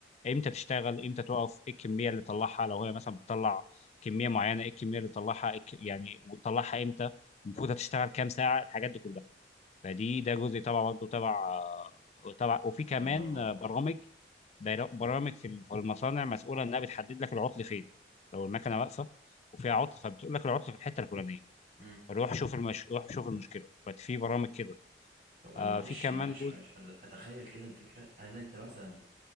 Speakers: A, on the left; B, on the right.
A: امتى تشتغل امتى تقف ايه الكميه اللي تطلعها لو هي مثلا بتطلع كميه معينه ايه الكميه اللي تطلعها إيه الك- يعني وتطلعها امتى المفروض هتشتغل كام ساعه الحاجات دي كلها فدي ده جزء طبعا برضه تبع تبع وفي كمان
B: طبعا الباور
A: برامج برامج في ال- في المصانع مسؤوله انها بتحدد لك العطل فين لو المكنه واقفه وفيها عطل فبتقول لك العطل في الحته الفلانيه
B: امم
A: روح شوف المش... روح شوف المشكله ففي برامج كده
B: طب
A: آه
B: معلش
A: في كمان
B: معلش
A: جزء
B: معلش أنا اتخيل كده الفكره هل انت مثلا